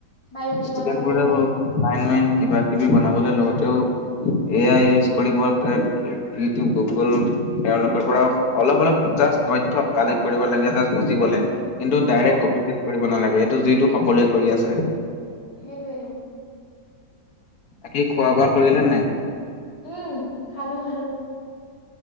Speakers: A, on the left (about 15°); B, on the left (about 65°).
A: বা ইউটিউবত
B: ষ্টুডেণ্ট
A: চালেই
B: বোৰেও
A: হ'ল
B: <unintelligible> কিবা কিবি বনাবলৈ লওঁতেও এ আই ইউজ কৰিব ইউটিউব গুগল তেওঁলোকৰ পৰা অলপ অলপ <unintelligible> তইথ কালেক কৰিব লাগে বুজিবলৈ। কিন্তু
A: অ
B: ডাইৰেক্ট কপি পেষ্ট কৰিব নালাগে এইটো যিটো সকলোৱে কৰি আছে।
A: সেইটোৱেইটো,
B: বাকী খোৱা বোৱা কৰিলা নাই?
A: উম, খালো-খালো।